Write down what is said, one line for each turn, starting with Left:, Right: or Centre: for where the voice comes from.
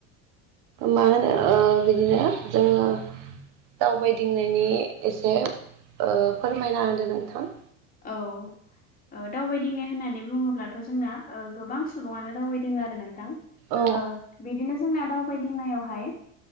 Right: मा होनो ओ बिदिनो जोङो। दावबायदिंनायनि एसे ओ फोरमायना होदो नोंथां।
Left: औ। ओ दावबायदिंनो होननानै बुङोब्लाथ' जोंना ओ गोबां सुबुङानो दावबायदिंओ आरो नोंथां।
Right: औ
Left: ओ बिदिनो जोंना दावबायदिंनायावहाय।